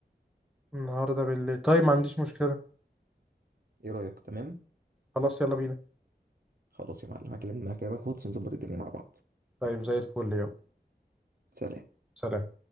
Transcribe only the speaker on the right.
ايه رايك تمام
خلاص يا معلم هكلمك هكلمك واتس نظبط الدنيا مع بعض
سلام